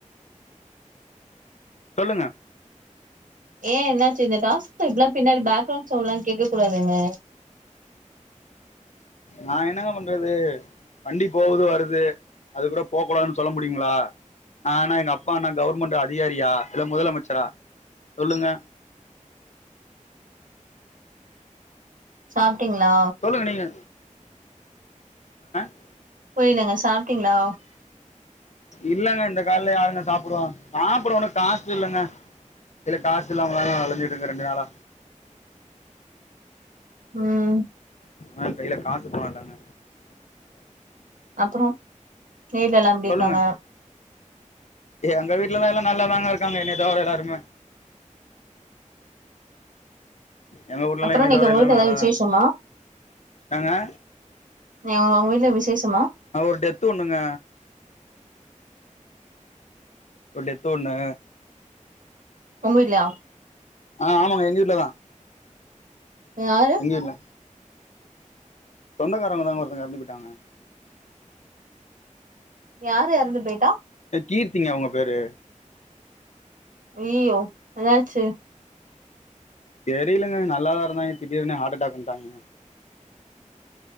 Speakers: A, on the left; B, on the right.
A: சொல்லுங்க
B: ஏன் என்னாச்சு இந்த டாஸ்க் இப்டி எல்லாம் பின்னாடி பேக்ரவுண்ட் சவுன்ட்லா கேட்க கூடாதுங்க
A: நான் என்னங்க பண்றது வண்டி போவது வருது அது கூட போக்கூடாதுன்னனு சொல்ல முடியுங்களா நா என்ன எங்க அப்பா என்ன கவர்மெண்ட் அதிகாரியா இல்ல முதலமைச்சரா சொல்லுங்க
B: சாப்ட்டீங்களா
A: சொல்லுங்க நீங்க <unintelligible>
B: புரியலங்க சாப்ட்டீங்களா
A: இல்லங்க இந்த காலல யாருங்க சாப்புடுவா சாப்ட ஒன்னு காசு இல்லங்க இல்ல காசு இல்லாம அழஞ்சட்டு இருக்க ரெண்டு நாளா
B: உம்
A: ஆ கையில காசு போனலாங்க
B: அப்புறம் வீட எல்லா எப்டி
A: சொல்லுங்க
B: இருக்காங்க
A: எங்க வீட்டுலல்லாம் எல்லாம் நல்லாதாங்க இருக்காங்க என்னைய தவிர எல்லாருமே எங்க ஊர்லலா
B: அப்புறம்
A: என்னைய
B: நீங்க
A: தவிர
B: உங்களுக்கு
A: எல்லாமே
B: ஏதாவது
A: நல்லாதாங்க
B: விசேஷமா
A: ஏங்க
B: அ உங்க வீட்ல விசேஷமா
A: ஒரு டெத்து ஒண்ணுங்க ஒரு டெத்து ஒண்ணு
B: உங்க வீட்லியா
A: ஆ ஆமாங்க எங்க வீட்லதா
B: யாரு
A: இல்ல சொந்தக்காரவங்கதாங்க ஒருத்தங்க எற்ந்து போய்ட்டாங்க
B: யாரு எறந்து போயிட்டா
A: கீர்த்திங்க அவுங்க பேரு
B: ஐயியோ என்னாச்சி
A: தெரியிலங்க நல்லாதா இருந்தாங்க திடீர்னு ஹாட் அட்டாக்குன்டாங்க